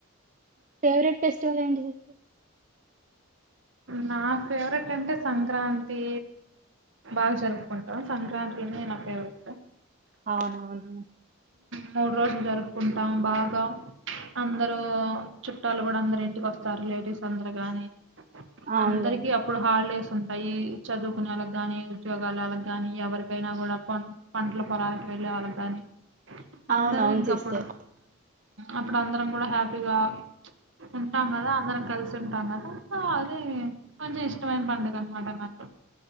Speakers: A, on the right; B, on the right.
A: ఫెవరెట్ ఫెస్టివల్ ఏంటి సిస్టర్
B: నా ఫేవరెట్ అంటే సంక్రాంతీ బాగా జరుపుకుంటాం సంక్రాంతినే నా ఫేవరేటా
A: అవునవును.
B: మూడు రోజులు జరుపుకుంటాము బాగా అందరూ చుట్టాలు గుడా అందరు ఇంటికి వస్తారు రిలేటివ్స్ అందరు గాని
A: అవునులేండి
B: అందరికి అప్పుడు హాలిడేస్ ఉంటాయి చదువుకునే వాళ్ళకి గాని ఉద్యోగాలు వాళ్ళకి గాని ఎవరికైనా గూడా పంటల పొలాలకి వెళ్ళే వాళ్ళకి గాని అందరు
A: అవునవును
B: ఇంకప్పుడు
A: సిస్టర్
B: అప్పుడు అందర్ మనం గుడా హ్యాపీగా ఉంటాం కదా అందరం కలిసి ఉంటాం కదా సో అదే కొంచం ఇష్టమైన పండుగ అన్నమాట నాకు